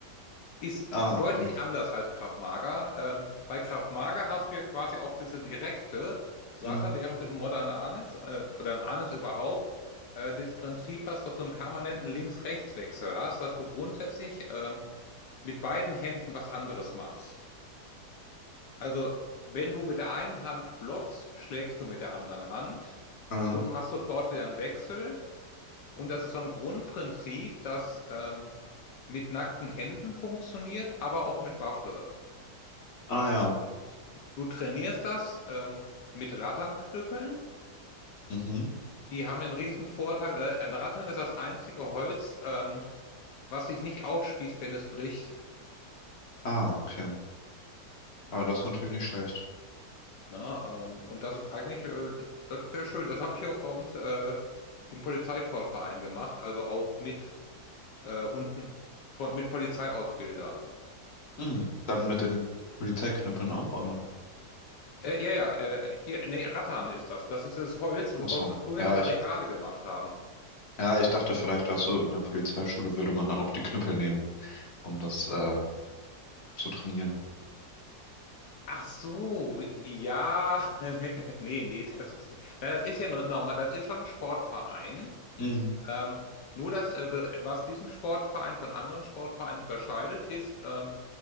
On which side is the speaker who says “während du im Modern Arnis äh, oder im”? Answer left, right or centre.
Left